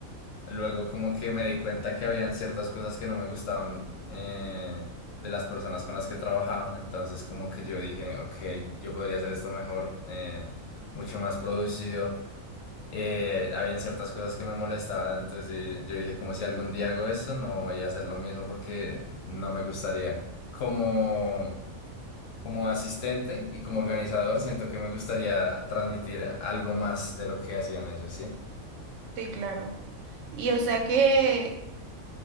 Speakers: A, on the left (about 70°); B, on the right (about 65°).
A: luego como que me di cuenta que habían ciertas cosas que no me gustaban eh, de las personas con las que trabajaba. Entonces como que yo dije, ok, yo podría hacer esto mejor, eh, mucho más producido. Eh, habían ciertas cosas que me molestaban, entonces di- yo dije, como si algún día hago esto, no voy a hacer lo mismo porque no me gustaría. Como como asistente y como organizador, siento que me gustaría transmitir algo más de lo que hacían ellos, ¿sí?
B: Sí, claro. Y o sea que